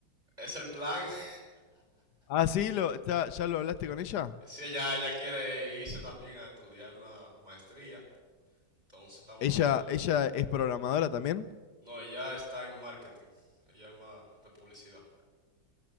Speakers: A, on the right; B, on the left.
A: Es el plan. <laughs>
B: Ah, sí, lo, está- ¿ya lo hablaste con ella?
A: Sí, ella, ella quiere irse también a estudiar una maestría. Entonces estamos
B: ¿Ella,
A: viendo
B: ella es programadora también?
A: No, ella está en marketing. Ella es más de publicidad.